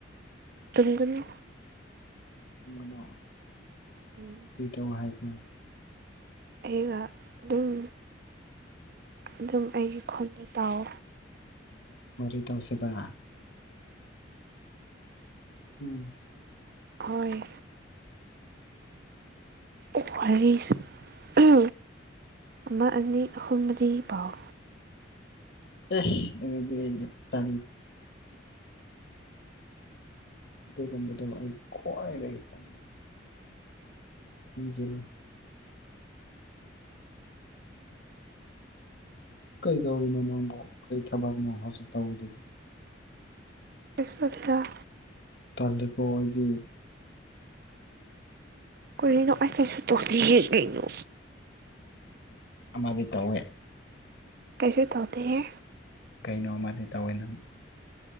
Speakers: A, on the right (about 50°); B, on the left (about 60°).
A: ꯇꯨꯡꯒꯅ
B: ꯇꯅ
A: ꯎꯝ
B: ꯀꯔꯤꯗ ꯍꯥꯏꯕ
A: ꯑꯩꯒ ꯑꯗꯨꯝ ꯑꯗꯨꯝ ꯑꯩꯒꯤ ꯈꯨꯣꯟꯗꯣ ꯇꯥꯎ
B: ꯑꯣꯏ ꯇꯁꯦꯕ ꯎꯝ
A: ꯍꯣꯏ
B: ꯎꯝ
A: ꯎ ꯍꯥꯏꯔꯤꯁ ꯎ ꯑꯃ ꯑꯅꯤ ꯍꯨꯝꯔꯤ ꯄꯥꯎ
B: ꯑꯦꯕꯗꯤ ꯆ ꯑꯗꯨꯒꯨꯝꯕꯗꯣ ꯑꯩ ꯈ꯭ꯋꯥꯏꯗꯒꯤ ꯄꯟꯕꯅꯤ ꯀꯟꯖꯔ ꯀꯩꯗꯧꯔꯤꯅꯣ ꯅꯪꯕꯨ ꯀꯔꯤ ꯊꯕꯛꯅꯣ ꯍꯧꯖꯤꯛ ꯇꯧꯔꯤꯗꯨꯕꯨ
A: ꯑꯥ
B: ꯇꯜꯂꯤꯀ ꯑꯩꯗꯤ
A: ꯀꯔꯤꯅꯣ ꯑꯩ ꯀꯩꯁꯨ ꯇꯣꯜꯂꯤꯦ ꯀꯩꯅꯣ
B: ꯑꯃꯗꯤ ꯇꯧꯋꯦ
A: ꯀꯩꯁꯦ ꯇꯗ ꯍ
B: ꯀꯩꯅꯣ ꯑꯃꯗꯤ ꯇꯧꯋꯦꯅ